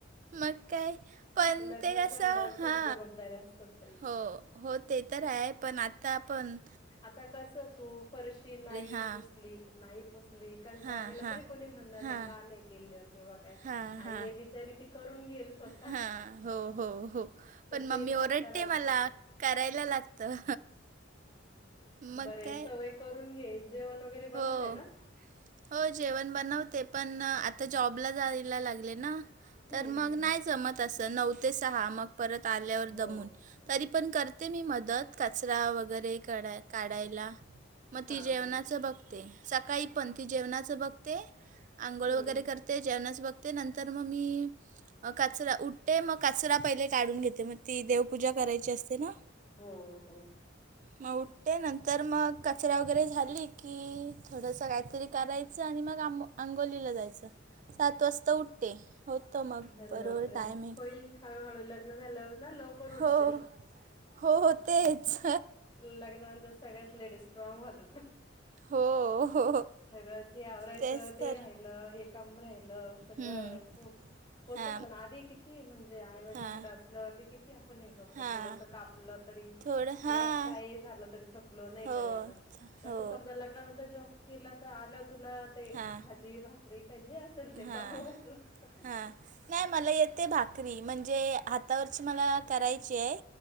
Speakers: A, on the right (about 40°); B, on the left (about 25°).
A: मग काय पण
B: लग्न
A: ते असं
B: झाल्यावर
A: हा,
B: खूप जबाबदाऱ्या असतात बाई
A: हो! हो ते तर आहे पण आता आपण,
B: आता कस तू फरशी नाही
A: हा
B: पुसली, नाही पुसली कंटाळा
A: हा
B: केला
A: हा
B: तरी कोणी म्हणणार
A: हा
B: नाही का नाही केलं किंवा काय
A: हा हा
B: आई बिचारी ती, करून घेईल स्वतः
A: हा हो हो हो पण
B: तस
A: मम्मी
B: इथं
A: ओरडते
B: खरावच
A: मला
B: लागत.
A: करायला लागतं. मग
B: बरे
A: काय
B: सवय करून घे, जेवण वगैरे
A: हो
B: बनवते ना.
A: हो जेवण बनवते पण आता जॉबला जायला लागले ना.
B: हम्म
A: तर मग नाही जमत अस नऊ ते सहा मग परत आल्यावर
B: हो
A: दमून. तरी पण करते मी मदत कचरा वगैरे कढ, काढायला. मग ती
B: हा
A: जेवणाचं
B: हा
A: बघ सकाळी पण ती जेवणाच बघते, आंघोळ
B: हम्म
A: वगैरे कर ते जेवणाच बघते नंतर मग मी, कचरा उठते मक कचरा पहिले काढून घेते, म ती देवपूजा करायची असते ना.
B: हो हो
A: म उठते नंतर मग कचरा वगैरे झाडली की थोडंसं काहीतरी करायचं आणि मग आंम अंघोलीला जायचं, सात वाजता उठ ते होतं मग
B: अरे
A: बरोबर
B: बापरे
A: टायमिंग
B: होईल, हळूहळू लग्न झाल्यावर ना लवकर उठशील.
A: हो हो हो तेच
B: लग्नानंतर सगळ्याच लेडीज स्ट्रांग होतात.
A: हो हो
B: सगळंच हे आवरायचं
A: तेच
B: ते
A: तर
B: राहिलं हे काम राहिलं सगळं
A: हम्म.
B: खूप होत
A: हां
B: पण आधी किती म्हणजे आईवडिलांनकड
A: हां
B: असल्यावर किती आपण हे जर
A: हां
B: थोडस कापलं तरी
A: थोडं
B: किंवा
A: हां
B: काहीही झालं तरी थकलो नाही
A: हो
B: करायच,
A: थ-
B: तसं
A: हो
B: समजा लग लग्नानंतर जॉब केला तर आल तुला ते
A: हां
B: भाजी, भाकरी काय जे असेल ते
A: हां
B: बनवावेच लागतं.
A: हां नाही मला येते भाकरी, म्हणजे हातावरची मला करायची हाय.